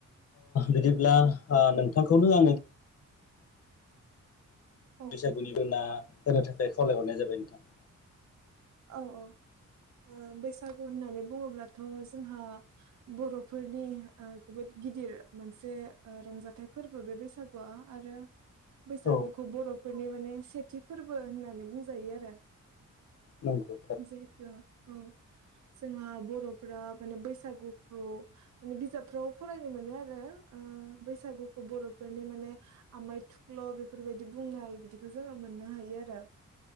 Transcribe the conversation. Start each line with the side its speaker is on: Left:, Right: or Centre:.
Left: बिदिब्ला ओ नोंथांखौनो आङो
Right: औ
Left: बैसागुनिबो ना <unintelligible> होनो थाखाय खावलायहरनाय जाबाय नोंथां।
Right: औ औ ओ बैसागु होननानै बुङोब्लाथ' जोंहा बर'फोरनि ओ जोबोद गिदिर मोनसे रंजाथाइ ओ फोरबो बैसागुआ आरो बैसागुखौ
Left: औ
Right: बर'फोरनि माने सेथि फोरबो होननानै बुंजायो आरो
Left: नंगौ थार
Right: जिहेतु औ जोंहा बर'फोरा माने बैसागुखौ माने बिजाबफ्राव फरायनो मोनो आरो ओ बैसागुखौ बर'फोरनि माने आमाइ थुख्ल' बेफोरबायदि बुंनाय बिदिखौ जोङो मोननो हायो आरो